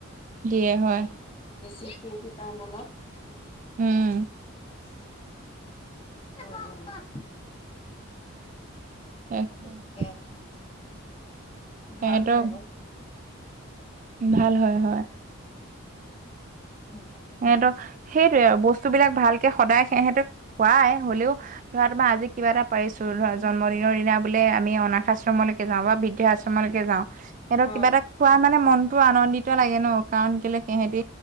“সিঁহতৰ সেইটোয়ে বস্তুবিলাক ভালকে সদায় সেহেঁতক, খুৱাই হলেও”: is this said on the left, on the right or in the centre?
Right